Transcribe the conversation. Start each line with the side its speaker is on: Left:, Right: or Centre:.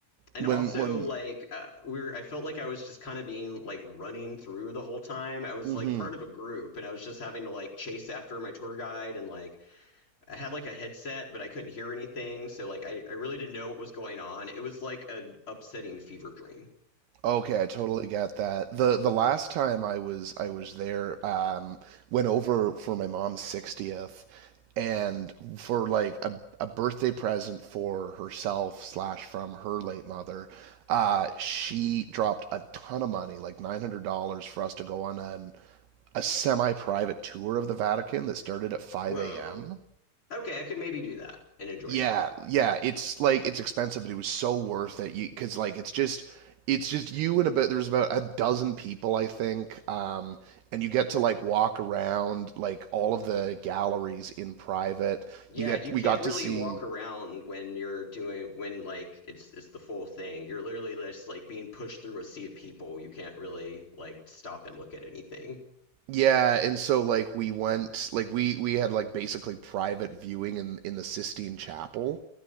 Left: and
Right: When
Left: also
Right: when.
Left: like uh, we were, I felt like I was just kind of being like running through the whole time. I was
Right: mhm.
Left: like part of a group, and I was just having to like chase after my tour guide, and like I had like a headset, but I couldn't hear anything, so like I, I really didn't know what was going on. It was like an upsetting fever dream.
Right: Okay, I totally get that. The the last time I was I was there, um, went over for my mom's 60th and for like a, a birthday present for herself slash from her late mother, uh, she dropped a ton of money, like $900 for us to go on a a semi-private tour of the Vatican that started at 5
Left: Whoa.
Right: a.m.
Left: Okay, I could maybe do that and enjoy
Right: Yeah,
Left: that.
Right: yeah, it's like it's expensive, but it was so worth it. You because like it's just it's just you and about there's about a dozen people I think, um, and you get to like walk around like all of the galleries in private.
Left: Yeah,
Right: You get
Left: you
Right: we
Left: can't
Right: got
Left: really
Right: to see
Left: walk around when you're doing when like it's it's the full thing. You're literally just like being pushed through a sea of people. You can't really like stop and look at anything.
Right: yeah, and so like we went like we we had like basically private viewing in in the Sistine Chapel.